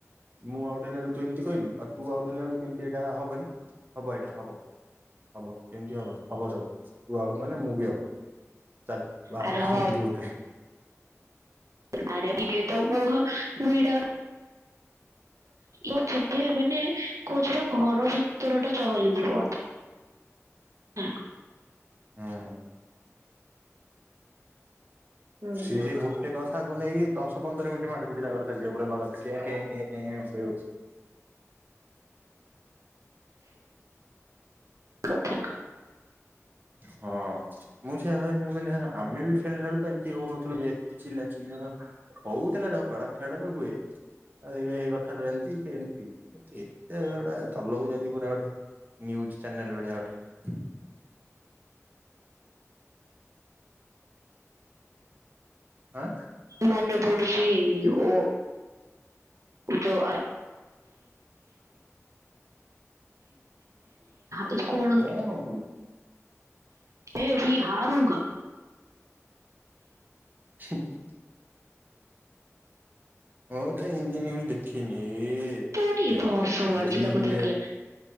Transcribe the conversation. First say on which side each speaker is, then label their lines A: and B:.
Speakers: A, on the right; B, on the right.
A: ମୁଁ ଆଉଟ୍ ହେଲା ବେଳକୁ ତୁ ଏମିତି କହିଲୁ ଆଉ ତୁ ଆଉଟ୍ ହେଲା ବେଳକୁ କେମିତି ଏଇଟା ହବନି, ହବ ଏଇଟା ହବ ହବ, କେମିତି ହବନି, ହବ ସବୁ ତୁ ଆଉଟ ମାନେ ମୁଁ ବି ଆଉଟ। ଚାଲ୍ ବାହାରେ
B: ଆରେ
A: ଏଇଠୁ
B: ହବ
A: ଏମିତି ହଉଥିବେ।
B: <unintelligible> ଏ ଯିବ ମାନେ କହୁଛି ବା ଘର ଭିତର ଟା ଚହଲିଯିବ <unintelligible>
A: ହୁଁ।
B: ହୁଁ।
A: ସେଇ ଗୋଟେ କ ଥାକୁ ନେଇକି ଦଶ ପନ୍ଦର ମିନିଟ୍ ମାଟି ଫୁଟି ତାଙ୍କର ଚାଲିଥିବ ପୁରା ଲଗାତାର କେଁ କେଁ କେଁ କେଁ
B: <inaudible> କଥା।
A: ହଁ ମୁଁ ସେୟା ଭାବିବି ମୁଁ କହିଲି ଆମେ ବି ଖେଳିଲା ବେଳକୁ ତ ଏମିତି ହଉନଥିଲୁ ଏତେ ଚିଲା ଚିଲି ହଉଥିଲା ଝଗଡ଼ା ଖେଳରେ ହୁଏ ଆଉ ଏ କଥାରେ ଏମିତି ସେ ଏମତି ଏତେ ଝଗଡ଼ା ଚଲଉଛନ୍ତି ପୁରା ଗୋଟେ। ନ୍ୟୁଜ ଚ୍ୟାନେଲ ଭଳିଆ ଗୋଟେ। ଆଁ?
B: ମନେ ପଡିଚି ଓ ଉଟ ଆ
A: ଆରେ
B: <inaudible>
A: ଏଟା
B: କଣ
A: ମୁଁ
B: ମେଭି ହାରୁଙ୍ଗା।
A: ସଟ୍ ହଁ ତ ହିନ୍ଦୀ ନ୍ୟୁଜ ଦେଖିନି। ଏ
B: କୋଉଠି
A: ଗୋଟେ
B: ଏବେ ହସ ମାଡୁଛି
A: ରିଲରେ
B: ତାକୁ ଦେଖିଲେ